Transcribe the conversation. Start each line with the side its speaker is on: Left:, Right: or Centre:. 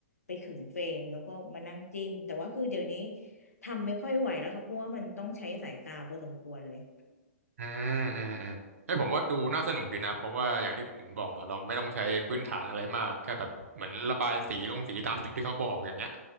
Left: ไปขึงเฟรมแล้วก็มานั่งจิ้มแต่ว่าคือเดี๋ยวนี้ทำไม่ค่อยไหวแล้วค่ะเพราะว่ามันต้องใช้สายตาพอสมควรเลย
Right: อืมอืมอืมให้ยผมว่าดูน่าสนุกดีนะเพราะว่าอย่างที่คุณอินบอกเนาะเราไม่ต้องใช้พื้นฐานอะไรมากแค่แบบเหมือนระบายสีลงสีตามจุดที่เขาบอกอย่างเงี้ย